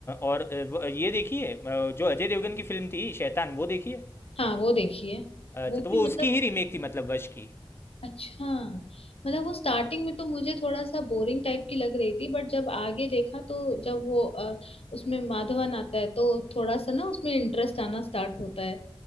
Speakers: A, on the left (about 25°); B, on the left (about 80°).
A: और अ, व- ये देखी है अ, जो अजय देवगन की फिल्म थी शैतान वो देखी है
B: हाँ वो देखी है
A: अच्छा
B: वो
A: तो वो
B: भी मतलब
A: उसकी ही रीमेक थी मतलब वश की
B: अच्छा मतलब वो स्टार्टिंग में तो मुझे थोड़ा सा बोरिंग टाइप की लग रही थी बट जब आगे देखा तो जब वो अ, उसमें माधवन आता है तो थोड़ा सा ना उसमें इंटरेस्ट आना स्टार्ट होता है